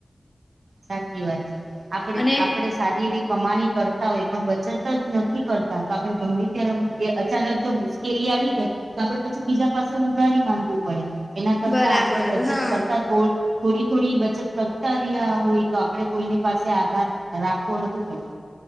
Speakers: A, on the right (about 85°); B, on the left (about 15°).
A: સાચી વાત છે આપડે
B: અને
A: આપડે સારી એવી કમાણી કરતા હોય પણ બચત જ ન... નથી કરતા તો આપડે ગમે ત્યારે મ... એ અચાનક જો મુશ્કેલી આવી જાય તો આપડે પછી બીજા પાસે ઉંધારી માંગવી પડે. એના કરતા
B: બરાબર
A: આપણેે બચત
B: હા
A: કરતા થોડ થોડી થોડી બચત કરતા રિયા હોય. તો આપણે કોઈની પાસે આધાર રાખવો નથી પડતો.